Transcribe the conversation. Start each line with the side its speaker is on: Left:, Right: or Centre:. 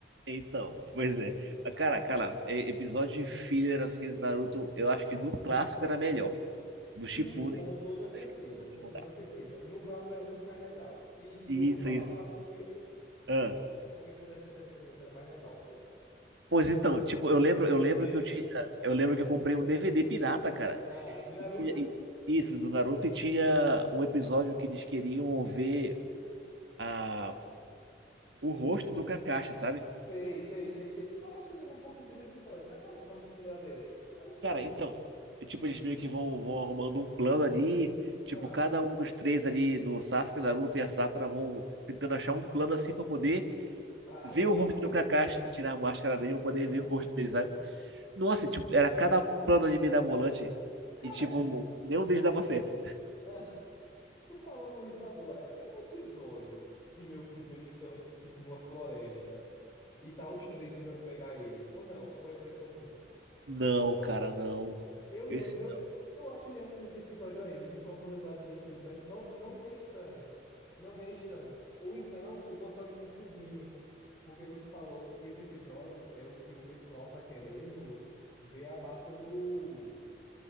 Right: Então, pois
Left: É,
Right: é. Mas,
Left: é,
Right: Cara, cara, é- episódio de filler assim do Naruto, eu
Left: não,
Right: acho que no clássico
Left: não dá.
Right: era melhor. Do
Left: Sim,
Right: Shippuden,
Left: com toda certeza,
Right: do Shippuden
Left: com
Right: não
Left: toda
Right: dá.
Left: certeza. No clássico era muito mais legal. E,
Right: Isso,
Left: e eu vou te falar,
Right: isso.
Left: sabe por quê?
Right: Ah.
Left: Porque quando a gente era criança era mais legal, pô.
Right: Pois então, tipo, eu lembro,
Left: Entendesse?
Right: eu lembro que eu tinha, eu lembro que eu comprei um DVD pirata, cara.
Left: Ah, de Naruto?
Right: E tinha- e- isso do Naruto e tinha um episódio que eles queriam ver a o rosto do Kakashi, sabe?
Left: Sei, sei, sei, sei. Eu acho que eu lembro um pouquinho desse episódio. Vai falando pra me se lembrar dele. Mas acho que
Right: Cara,
Left: eu lembro.
Right: então, é tipo, eles meio que vão, vão arrumando um plano ali. Tipo,
Left: Ah,
Right: cada um dos três ali, do Sasuke, Naruto e a Sakura, vão tentando achar um plano assim pra poder
Left: a-
Right: ver
Left: arrancar
Right: o rosto
Left: a máscara.
Right: do Kakashi, tirar a máscara dele pra
Left: Ah,
Right: poder
Left: Aham.
Right: ver o rosto dele, sabe? Nossa, tipo, era cada plano ali mirabolante
Left: Cara,
Right: e, tipo, nenhum deles dava certo.
Left: ah, tô falando isso agora. É um episódio que meio que, tipo, eles estão, tipo, numa floresta e tá os três tentando pegar ele. Ou não, ou é impressão minha?
Right: Não, cara, não.
Left: Eu lembro,
Right: Esse
Left: eu,
Right: não.
Left: eu acho que eu já assisti esse episódio aí, mas eu só não tô lembrado direito dele, mas não, não me é estranho. Não me é estranho. Ou então eu posso estar me confundindo, porque você falou que esse episódio é o que o pessoal tá querendo ver a máscara do